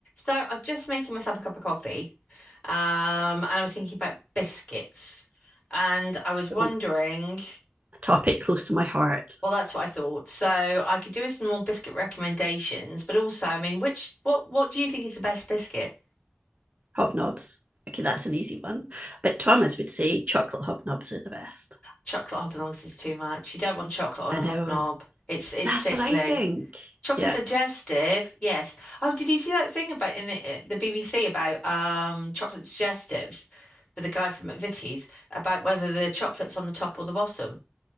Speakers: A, on the left (about 25°); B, on the right (about 35°).
A: So I'm just making myself a cup of coffee, um, and I was thinking about biscuits, and I was wondering,
B: Oh, a topic close to my heart
A: well, that's what I thought. So I could do with some more biscuit recommendations, but also, I mean, which what what do you think is the best biscuit?
B: hobnobs. Okay, that's an easy one. But Thomas would say chocolate hobnobs are the best.
A: Chocolate hobnobs is too much. You don't want chocolate on
B: I
A: a
B: know.
A: hobnob. It's it's
B: That's
A: sickly.
B: what I think.
A: Chocolate
B: Yeah,
A: digestive, yes. Oh, did you see that thing about in the, uh, the BBC about um chocolate digestives with the guy from McVitie's about whether the chocolate's on the top or the bottom?